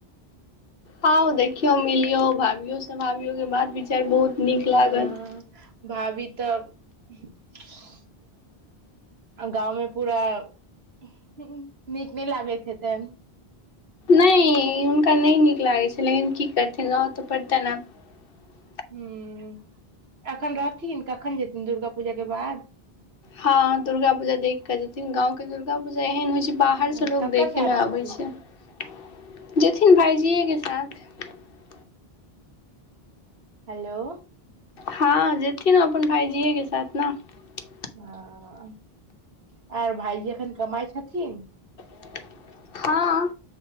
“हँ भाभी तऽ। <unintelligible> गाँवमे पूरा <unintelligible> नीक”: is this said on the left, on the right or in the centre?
Right